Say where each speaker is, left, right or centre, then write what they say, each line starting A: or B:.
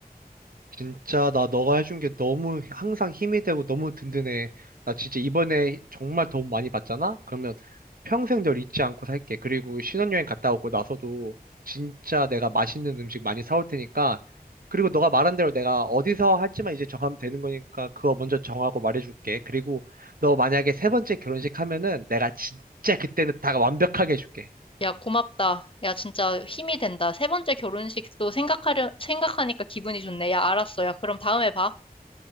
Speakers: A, on the right; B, on the left.
A: 진짜 나 너가 해준 게 너무 항상 힘이 되고 너무 든든해. 나 진짜 이번에 정말 도움 많이 받잖아? 그러면 평생 널 잊지 않고 살게. 그리고 신혼여행 갔다 오고 나서도 진짜 내가 맛있는 음식 많이 사올 테니까. 그리고 너가 말한 대로 내가 어디서 할지만 이제 정하면 되는 거니까 그거 먼저 정하고 말해줄게. 그리고 너 만약에 세 번째 결혼식 하면은 내가 진짜 그때는 다 완벽하게 해줄게.
B: 야, 고맙다. 야, 진짜 힘이 된다. 세 번째 결혼식도 생각하려, 생각하니까 기분이 좋네. 야, 알았어. 야, 그럼 다음에 봐.